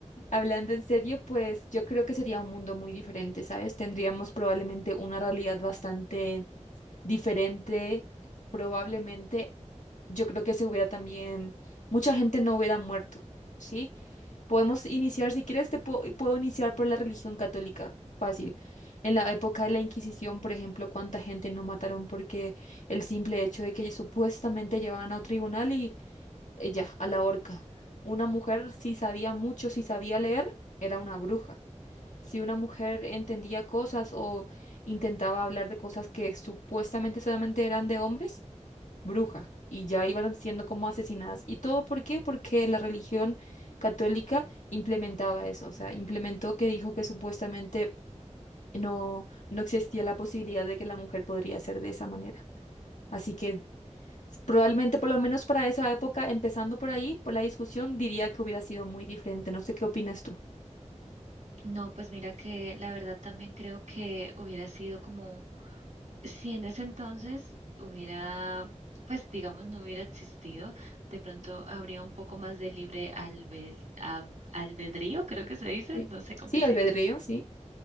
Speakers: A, on the left; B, on the right.
A: Hablando en serio, pues yo creo que sería un mundo muy diferente, ¿sabes? Tendríamos probablemente una realidad bastante diferente, probablemente yo creo que se hubiera también, mucha gente no hubiera muerto, ¿sí? Podemos iniciar, si quieres, te puedo, puedo iniciar por la religión católica, fácil. En la época de la Inquisición, por ejemplo, cuánta gente no mataron porque el simple hecho de que supuestamente llevaban a un tribunal y eh, ya, a la horca. Una mujer, si sabía mucho, si sabía leer, era una bruja si una mujer entendía cosas o intentaba hablar de cosas que supuestamente solamente eran de hombres, bruja, y ya iban siendo como asesinadas. ¿Y todo por qué? Porque la religión católica implementaba eso, o sea, implementó que dijo que supuestamente no, no existía la posibilidad de que la mujer podría ser de esa manera. Así que probablemente, por lo menos para esa época, empezando por ahí, por la discusión, diría que hubiera sido muy diferente. No sé qué opinas tú.
B: No, pues mira que la verdad también creo que hubiera sido como si en ese entonces hubiera, pues digamos, no hubiera existido, de pronto habría un poco más de libre albel- ab- albedrío, creo que se dice,
A: Sí,
B: no sé cómo
A: sí,
B: decirlo.
A: albedrío, sí,